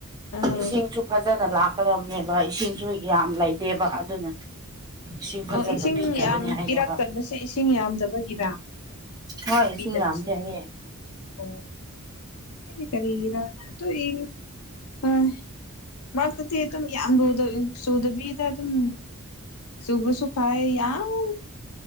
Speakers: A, on the left; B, on the right.
A: ꯎꯝ
B: ꯏꯁꯤꯡꯁꯨ ꯐꯖꯅ ꯂꯥꯛꯀꯗꯕꯅꯦꯕ ꯏꯁꯤꯡꯁꯨ ꯌꯥꯝ ꯂꯩꯇꯦꯕ ꯑꯗꯨꯅ ꯏꯁꯤꯡ ꯐꯖꯅ
A: ꯑꯣ ꯏꯁꯤꯡ
B: ꯄꯤꯗꯕꯅꯦ
A: ꯌꯥꯝ
B: ꯍꯥꯏꯌꯦꯕ
A: ꯄꯤꯔꯛꯇꯅꯁ ꯏꯁꯤꯡ ꯌꯥꯝꯗꯕꯒꯤꯔ
B: ꯍꯣꯏ
A: ꯅꯨꯄꯤꯗꯁꯦ
B: ꯏꯁꯤꯡ ꯌꯥꯝꯗꯦ ꯍꯥꯏꯌꯦ
A: ꯑꯣ ꯀꯔꯤꯒꯤꯔ <unintelligible> ꯃꯔꯛꯇꯗꯤ ꯑꯗꯨꯝ ꯌꯥꯝ ꯔꯨꯗ ꯆꯨꯗꯕꯤꯗ ꯑꯗꯨꯝ ꯆꯧꯕꯨꯁꯨ ꯐꯥꯏ ꯌꯥꯝ